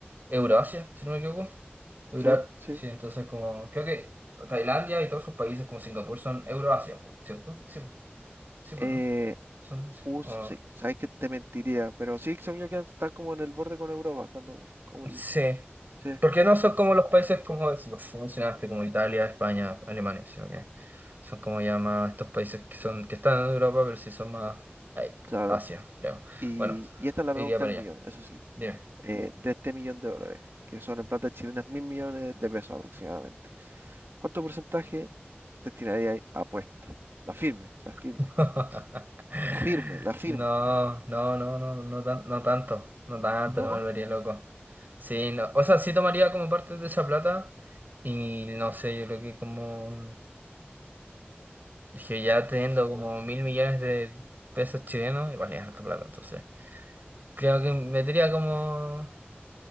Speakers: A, on the right; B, on the right.
A: Euroasia, si no me equivoco. Eura-
B: Sí, sí.
A: sí, entonces como, creo que Tailandia y todos esos países como Singapur son Euroasia, po, ¿cierto? Sí, po. sí,
B: Eh,
A: pues, ¿no? Son, sí.
B: uh,
A: O-
B: sí, sí, sabes que te mentiría, pero sí, según yo quedan, están como en el borde con Europa, cuando, como el-
A: sí.
B: sí,
A: Porque no son como los países como es- los que mencionaste, como Italia, España, Alemania, sino que son como ya más estos países que son, que están en Europa, pero sí son más ay,
B: claro.
A: Asia, creo.
B: Y,
A: Bueno,
B: y esta es la
A: iría
B: pregunta
A: para
B: del
A: allá.
B: millón, eso sí,
A: Dime.
B: eh, de este millón de dólares, que son en plata chilenas mil millones de pesos aproximadamente. ¿Cuánto porcentaje destinaría a apuestas? La firme, la firme,
A: <laughs>
B: la firme, la firme,
A: No, no, no, no, no, tan- no tanto, no tanto,
B: ¿no?
A: no me volvería loco. Sí, no, o sea, sí tomaría como parte de esa plata y no sé, yo creo que como que ya teniendo como mil millones de pesos chilenos, igual es harta plata, entonces. Creo que metería como,